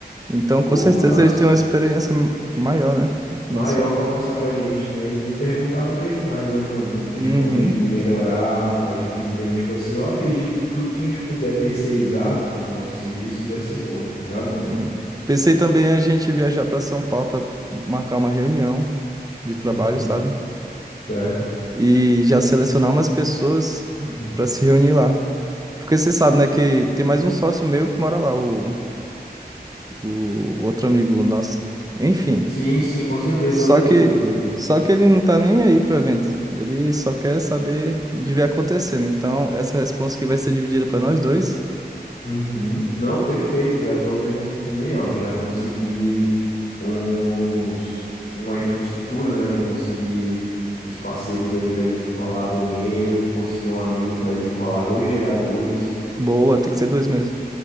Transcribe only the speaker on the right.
Então,
com certeza,
eles têm uma experiência maior, né?
No assunto.
Uhum,
uhum. Pensei também a gente viajar para São Paulo para marcar uma reunião de trabalho,
sabe?
E já selecionar umas pessoas
para se reunir lá. Porque você sabe, né, que tem mais um sócio meu que mora lá, o, o outro amigo nosso. Enfim.
Só
que,
só que ele não tá nem aí pro evento. Ele só quer saber de ver acontecendo. Então, essa resposta que vai ser dividida pra nós dois,
boa, tem que ser dois mesmo.